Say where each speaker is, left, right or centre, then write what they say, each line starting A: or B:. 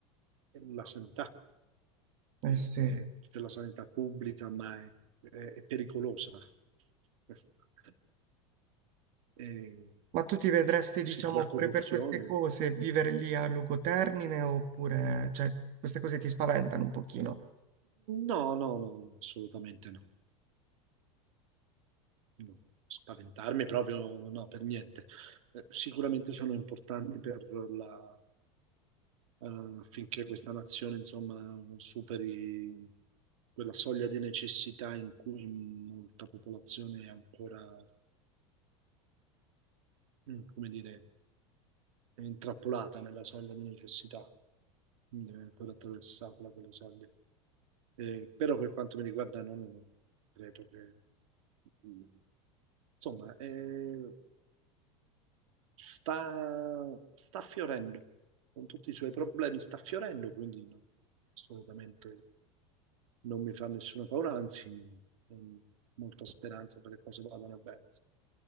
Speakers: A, on the right; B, on the right.
A: la sanità, che
B: Eh sì.
A: è- c'è la sanità pubblica, ma è, è- è pericolosa. <laughs> Eh,
B: Ma tu ti vedresti,
A: sì,
B: diciamo,
A: la corruzione?
B: pure per queste cose, vivere lì a lungo termine oppure, cioè, queste cose ti spaventano un pochino?
A: No, no, no, assolutamente no. No. Spaventarmi proprio, no, per niente. Eh, sicuramente sono importanti per la eh, affinché questa nazione, insomma, superi quella soglia di necessità in cui molta popolazione è ancora, mm, come dire, è intrappolata nella soglia di necessità, quindi deve ancora attraversarla quella soglia. Eh, però per quanto mi riguarda, no, no, no, credo che, mm, insomma, eh, sta, sta fiorendo, con tutti i suoi problemi sta fiorendo, quindi no, assolutamente non mi fa nessuna paura, anzi, con molta speranza che le cose vadano bene.